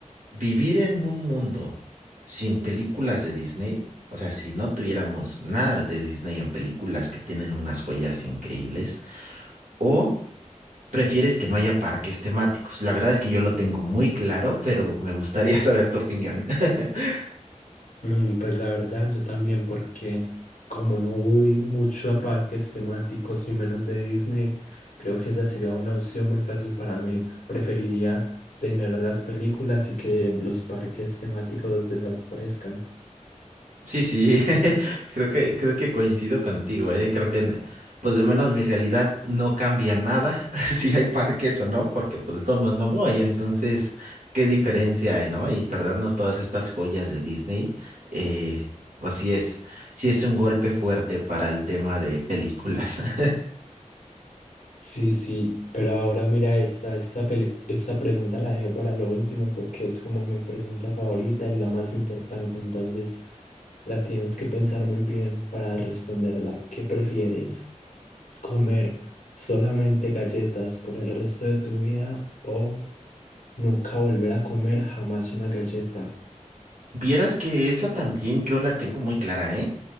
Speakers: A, on the right (about 80°); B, on the left (about 80°).
A: ¿vivir en un mundo sin películas de Disney? O sea, si no tuviéramos nada de Disney en películas que tienen unas joyas increíbles, o prefieres que no haya parques temáticos. La verdad es que yo lo tengo muy claro, pero me gustaría <laughs> saber tu opinión. <laughs>
B: Mm, Pues la verdad, yo también, porque como no voy mucho a parques temáticos y menos de Disney, creo que esa sería una opción muy fácil para mí. Preferiría tener las películas y que los parques temáticos desaparezcan.
A: Sí, sí, <laughs> creo que, creo que coincido contigo, ¿eh? Creo que, pues de menos mi realidad no cambia nada <laughs> si hay parques o no, porque pues de todos modos no voy, entonces, ¿qué diferencia hay, no? Y perdernos todas estas joyas de Disney, eh, pues sí es, sí es un golpe fuerte para el tema de películas. <laughs>
B: Sí, sí, pero ahora mira, esta, esta, peli- esta pregunta la dejé para lo último porque es como mi pregunta favorita y la más importante, entonces la tienes que pensar muy bien para responderla. ¿Qué prefieres? comer solamente galletas por el resto de tu vida o nunca volver a comer jamás una galleta.
A: Vieras que esa también yo la tengo muy clara, ¿eh?